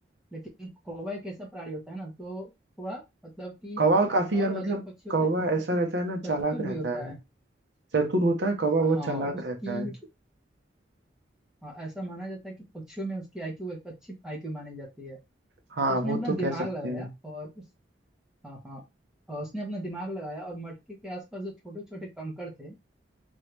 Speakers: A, in the centre; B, on the right.
A: लेकिन कौवा एक ऐसा प्राणी होता है ना जो थोड़ा मतलब कि
B: कौवा काफी
A: और
B: यार
A: अदर
B: मतलब
A: पक्षियों
B: कौवा
A: से
B: ऐसा रहता है ना चालाक
A: चतुर भी
B: रहता
A: होता
B: है
A: है
B: चतुर होता है कौवा बहुत
A: हाँ
B: चालाक
A: उसकी
B: रहता है
A: हाँ, ऐसा माना जाता है कि पक्षियों में उसकी आईक्यू एक अच्छी आईक्यू मानी जाती है तो
B: हाँ
A: उसने
B: वो
A: अपना
B: तो
A: दिमाग
B: कह सकते
A: लगाया
B: हैं
A: और उस हाँ हाँ और उसने अपना दिमाग लगाया और मटके के आसपास जो छोटे छोटे कंकड़ थे